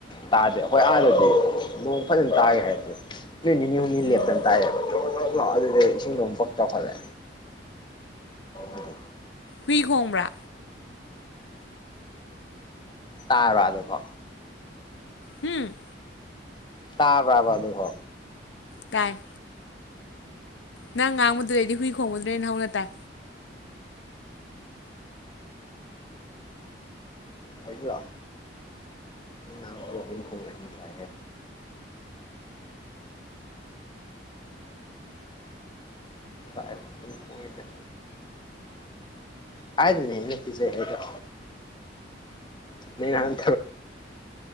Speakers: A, on the left; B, on the left.
A: ꯇꯥꯗꯦ ꯑꯩꯈꯣꯏ ꯑꯥꯗꯗꯤ ꯅꯣꯡ ꯐꯖꯅ ꯇꯥꯒꯦ ꯍꯥꯏꯁꯦ ꯅꯨ ꯅꯤꯅꯤ ꯍꯨꯝꯅꯤ ꯃꯤ
B: ꯎꯝ
A: ꯂꯦꯞꯇꯅ ꯇꯥꯏꯌꯦꯕ ꯑꯗꯨꯗ ꯏꯁꯤꯡꯗꯣ ꯑꯃꯨꯛ ꯄꯛ ꯆꯥꯎꯈꯠꯂꯦ ꯑꯗꯨꯗꯤ
B: ꯍꯨꯏ ꯈꯣꯡꯕ꯭ꯔꯥ
A: ꯇꯥꯕꯔꯗꯨꯕꯣ
B: ꯎꯝ
A: ꯇꯥꯕ꯭ꯔꯕ ꯗꯨꯐꯥꯎ ꯍꯣ
B: ꯇꯥꯏ ꯅꯪ ꯉꯥꯡꯕꯗꯨꯗꯩꯗꯤ ꯍꯨꯏ ꯈꯣꯡꯕꯗ꯭ꯔꯦꯅ ꯍꯧꯅ ꯇꯥꯏ
A: ꯐꯩꯖꯂꯥ ꯀ ꯇꯥꯏ ꯀꯗ ꯍꯥꯏꯗꯅꯦ ꯌꯦꯅ ꯄꯁꯦ ꯍꯗ ꯅꯪ ꯅꯍꯟ